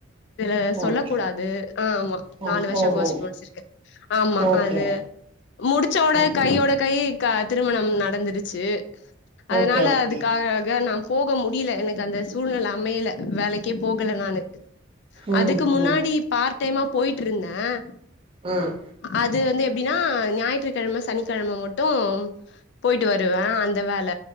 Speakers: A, on the left (about 55°); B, on the right (about 25°).
A: இது சொல்ல
B: ஓகே
A: கூடாது ஆ ஆமா
B: ஓ
A: நாலு வருஷம்
B: ஓ
A: கோர்ஸ்
B: ஓ
A: முடிச்சிருக்கே ஆமா
B: ஓகே
A: அது முடிச்சோடன
B: ஓகே
A: கையோட கே திருமணம் நடந்துருச்சு அதனால
B: ஓகே ஓகே
A: அதுக்காக நம் போக முடில எனக்கு அந்த சூழ்நில அமையல வேலக்கே போகல நானு
B: ம்
A: அதுக்கு முன்னாடி
B: ம்
A: பார் பார்ட் டைமா போயிட்டு இருந்தேன்
B: ம்
A: அது வந்து எப்டின்னா ஞாயிற்றுக்கிழம சனிக்கிழம மட்டும் போயிட்டு வருவேன் அந்த வேல